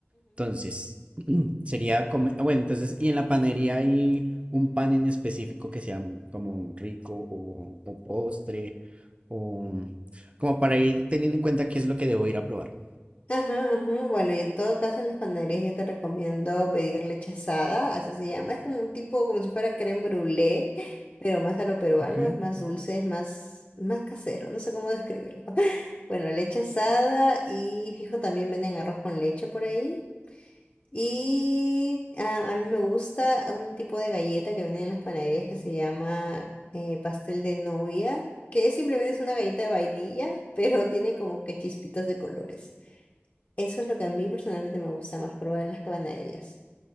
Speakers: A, on the right; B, on the left.
A: Entonces, <clears throat> sería como, ah, bueno, entonces, ¿y en la panadería hay un pan en específico que sea como rico o, o postre o como para ir teniendo en cuenta qué es lo que debo ir a probar?
B: Ajá, ajá. Bueno, y en todo caso en las panaderías yo te recomiendo pedir leche asada, así se llama. Es como un tipo, como si fuera crème brûlée, <laughs> pero más a lo peruano,
A: Ok.
B: es más dulce, es más, más casero, no sé cómo describirlo. <laughs> Bueno, leche asada y fijo también venden arroz con leche por ahí. Y ah, a mí me gusta un tipo de galleta que venden en las panaderías que se llama eh, pastel de novia, que simplemente es una galleta de vainilla, <laughs> pero tiene como que chispitas de colores. Eso es lo que a mí personalmente me gusta más probar en las cabanerías.